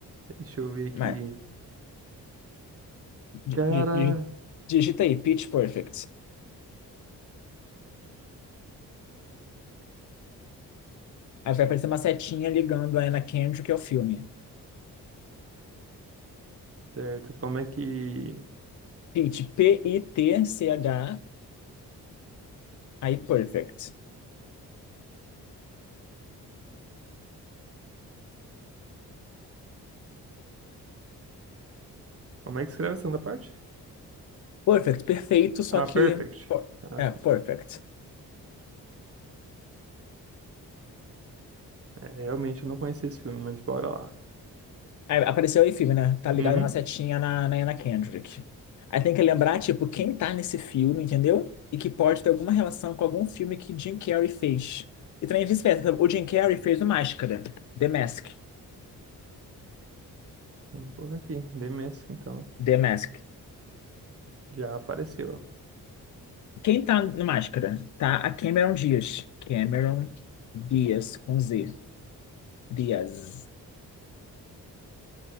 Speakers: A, on the right (about 35°); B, on the left (about 50°).
A: Deixa eu ver aqui.
B: Mas, di-
A: Cara,
B: di- di- digita aí, Pitch Perfect. Aí vai aparecer uma setinha ligando a Anna Kendrick que é o filme.
A: certo, como é que.
B: Pit, P-I-T-C-H, aí perfect.
A: Como é que escreve a segunda parte?
B: Perfect, perfeito, só
A: Ah,
B: que.
A: Perfect.
B: po-
A: Ah,
B: É,
A: sim.
B: perfect.
A: É, realmente eu não conhecia esse filme, mas bora lá.
B: Aí apareceu aí filme, né? Tá ligado
A: Uhum.
B: uma setinha na, na Anna Kendrick. Aí tem que lembrar, tipo, quem tá nesse filme, entendeu? E que pode ter alguma relação com algum filme que Jim Carrey fez. E também vice-versa. O Jim Carrey fez o Máscara, The Mask.
A: Vamos colocar aqui. The Mask, então.
B: The Mask.
A: Já apareceu.
B: Quem tá no Máscara? Tá a Cameron Diaz. Cameron Diaz, com Z. Diaz.